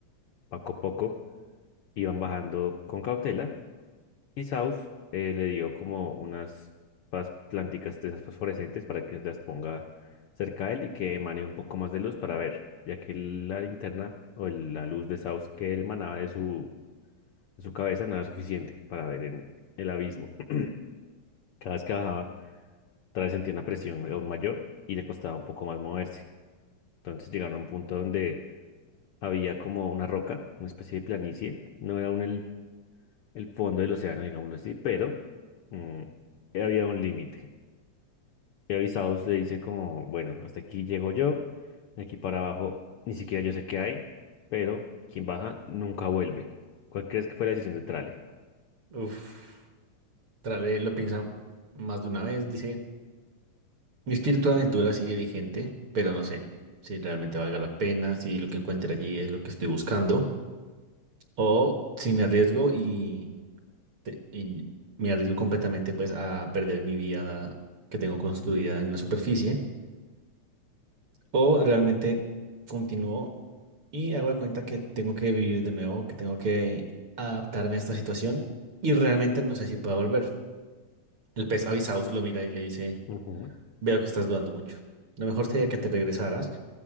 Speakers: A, on the left; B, on the right.
A: Poco a poco iban bajando con cautela Y Saus eh, le dio como unas pas- planticas de esas fosforescentes para que las ponga cerca de él y que emane un poco más de luz para ver, ya que la linterna o el- la luz de Saus que él emanaba de su, de su cabeza no era suficiente para ver en el abismo. <clears throat> Cada vez que bajaba, otra vez sentía una presión aún mayor y le costaba un poco más moverse. Entonces llegaron a un punto donde había como una roca, una especie de planicie. No era un el, el fondo del océano, digámoslo así, pero mm, había un límite. Y avisados le dice como, bueno, hasta aquí llego yo, de aquí para abajo ni siquiera yo sé qué hay, pero quien baja nunca vuelve. ¿Cuál crees que fue la decisión de Trale?
B: Uf, Trale lo piensa más de una vez, dice. Mi espíritu de aventura sigue vigente, pero no sé si realmente valga la pena, si lo que encuentre allí es lo que estoy buscando, o si me arriesgo y, te- y me arriesgo completamente pues a perder mi vida que tengo construida en la superficie, o realmente continúo y hago de cuenta que tengo que vivir de nuevo, que tengo que adaptarme a esta situación y realmente no sé si puedo volver. El pez avisaus lo mira y le dice
A: Ujú,
B: Veo que estás dudando mucho. Lo mejor sería que te regresaras,